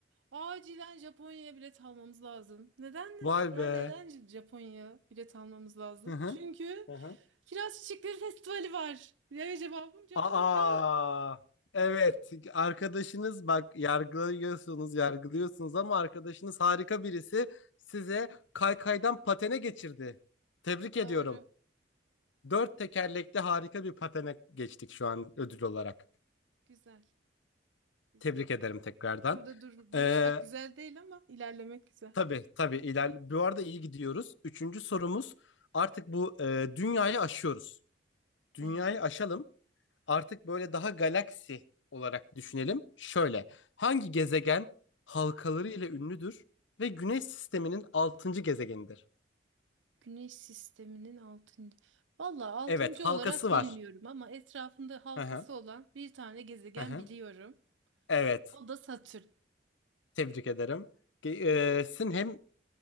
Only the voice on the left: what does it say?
Vay
be.
Hı hı.
Hı hı.
Aa. Evet. Arkadaşınız bak yargılıyorsunuz, yargılıyorsunuz ama arkadaşınız harika birisi size kaykaydan patene geçirdi. Tebrik
ediyorum.
Dört tekerlekli harika bir patene geçtik şu an ödül olarak.
Tebrik ederim tekrardan.
Ee,
tabii tabii iler. Bu arada iyi gidiyoruz. Üçüncü sorumuz artık bu e, dünyayı aşıyoruz. Dünyayı
aşalım. Artık böyle daha galaksi olarak düşünelim. Şöyle hangi gezegen halkaları ile ünlüdür ve Güneş sisteminin altıncı gezegenidir?
Evet halkası
var.
Hı hı,
hı hı.
Evet
Tebrik ederim. Ge- e, sizin hem